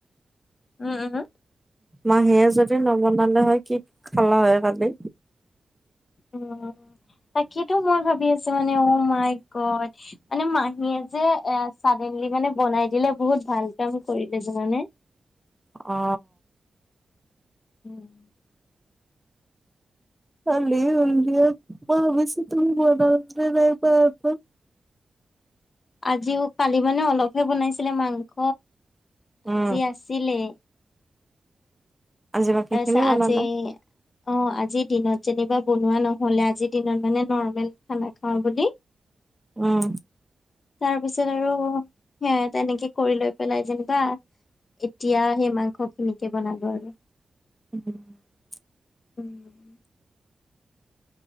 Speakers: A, on the left; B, in the centre.
A: উম উম,
B: মাহীয়ে যদি নবনালে হয় কি খালা হয় কালি।
A: উ তাকেটো মই ভাবি আছো মানে অ মাই গত। মানে মাহীয়ে যে এ চডেনলি মানে বনাই দিলে বহুত ভাল কাম কৰিলে যানা নে।
B: অ
A: <inaudible>
B: ভালেই হ'ল দিয়া মই ভাবিছো তুমি বনাব পাৰিলা নে নাই পাৰ।
A: আজিও পালি মানে অলপহে বনাইছিলে মাংস,
B: উম
A: আজি আছিলেই।
B: আজি বাকী
A: এছা
B: খিনি বনালা
A: আজি অ আজিৰ দিনত যেনিবা বনোৱা নহলে, আজিৰ দিনত মানে নৰ্মেল খানা খাওঁ বুলি।
B: উম।
A: তাৰ পিছত আৰু সে তেনেকে কৰি লৈ পেলাই যেনিবা। এতিয়া সেই মাংস খিনিকে বনাব আৰু
B: <unintelligible>
A: <unintelligible>